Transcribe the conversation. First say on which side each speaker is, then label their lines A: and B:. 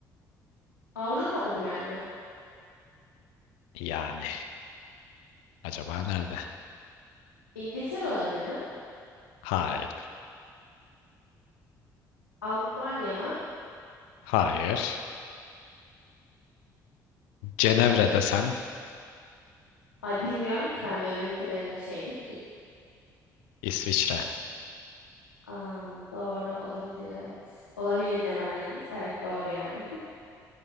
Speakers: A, on the left (about 80°); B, on the left (about 65°).
A: Avrupa'da bir yer mi?
B: Yani acaba nerede?
A: İngiltere olabilir mi?
B: Hayır.
A: Almanya mı?
B: Hayır.
A: Hmm.
B: Cenevre desem
A: Ay bilmiyorum ki ben öyle ülkelerin şeyini. <laughs>
B: İsviçre.
A: Aa, doğru olabilir evet. Olabilir demem yalnız. Evet doğru yani.